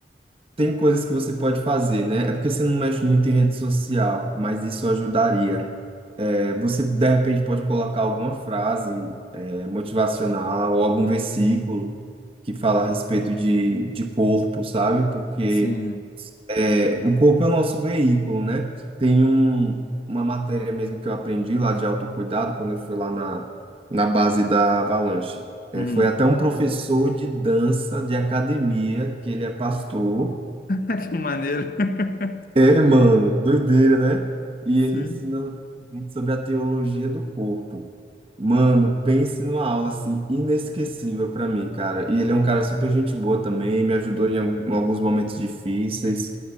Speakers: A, on the right; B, on the left.
A: tem coisas que você pode fazer, né? É porque você não mexe muito em rede social, mas isso ajudaria. É, você, de repente, pode colocar alguma frase, é, motivacional ou algum versículo que fala a respeito de, de corpo, sabe? Porque
B: Sim.
A: É, O corpo é o nosso veículo, né? Tem um, uma matéria mesmo que eu aprendi lá de autocuidado quando eu fui lá na, na base da Avalanche. É,
B: Uhum.
A: foi até um professor de dança de academia, que ele é pastor.
B: <laughs> Que maneiro. <laughs>
A: É, mano, doideira, né? E
B: Sim,
A: ele ensina sobre a teologia do corpo. Mano, pense numa aula assim inesquecível pra mim, cara. E ele é um cara super gente boa também, me ajudou em al- em alguns momentos difíceis.